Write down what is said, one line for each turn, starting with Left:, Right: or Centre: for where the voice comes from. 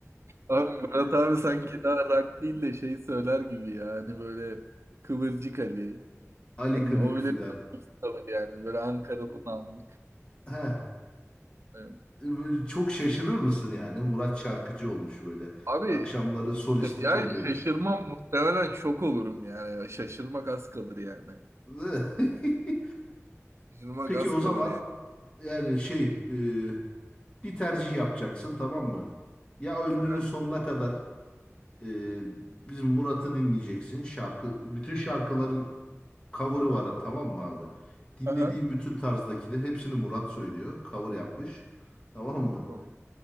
Right: Abi Murat abi sanki daha rock değil de şey söyler gibi ya. Hani böyle Kıvırcık Ali.
Left: Ali
Right: Hani
Left: Kınık
Right: o bile
Left: filan.
Right: tabii yani. Böyle Ankara'dan aldık.
Left: He,
Right: Evet.
Left: Böyle Çok şaşırır mısın yani? Murat şarkıcı olmuş böyle.
Right: Abi
Left: Akşamları
Right: işte
Left: solistlik
Right: yani
Left: yapıyormuş.
Right: şaşırmam muhtemelen şok olurum yani. Ya. Şaşırmak az kalır yani.
Left: <laughs>
Right: Şaşırmak
Left: Peki
Right: az
Left: o
Right: kalır
Left: zaman
Right: yani.
Left: yani şey e, bir tercih yapacaksın tamam mı? Ya ömrünün
Right: Aha.
Left: sonuna kadar e, bizim Murat'ı dinleyeceksin. Şarkı bütün şarkıların cover'ı var tamam mı abi? Dinlediğin
Right: Aha.
Left: bütün tarzdakiler hepsini Murat söylüyor. Cover yapmış. Tamam mı?
Right: Tamam.